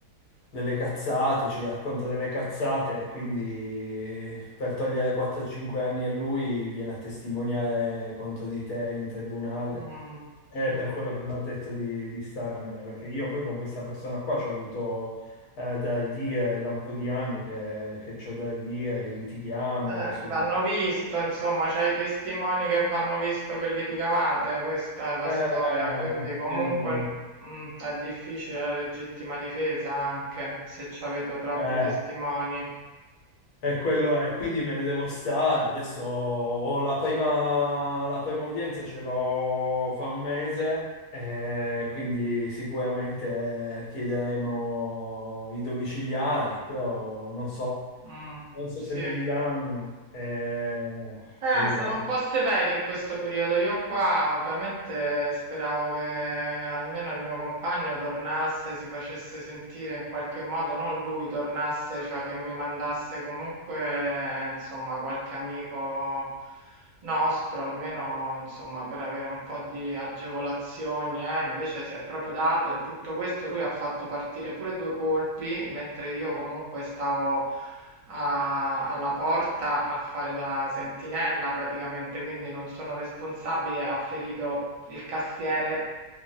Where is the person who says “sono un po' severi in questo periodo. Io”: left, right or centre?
Right